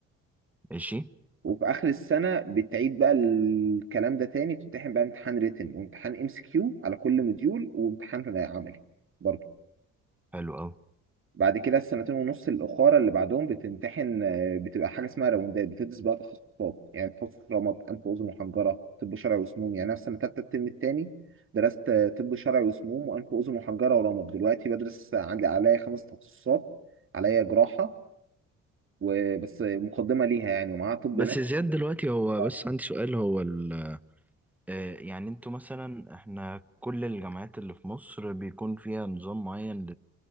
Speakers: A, in the centre; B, on the right (about 45°).
A: ماشي
B: وفي آخر السنة بتعيد بقى الكلام ده تاني بتمتحن بقى امتحان ريتن وامتحان ام سي كيو على كل موديول وامتحان عملي برضه
A: حلو اوي
B: بعد كده السنتين ونص الاخاره اللي بعدهم بتمتحن آه، بتبقى حاجه اسمها راوندات بتدرس بقى تخصصات يعني تخصص رمد انف واذن وحنجره طب شرعي وسموم يعني انا في سنه تالته الترم التاني درست آه، طب شرعي وسموم وانف واذن وحنجره ورمد دلوقتي بدرس عندي عليا خمس تخصصات عليا جراحه وبس مقدمه ليها يعني ومعاها طب
A: بس
B: نفسي
A: زياد دلوقتي هو
B: اه
A: بس عندي سؤال هو ال آه، يعني انتوا مثلا احنا كل الجامعات اللي في مصر بيكون فيها نظام معين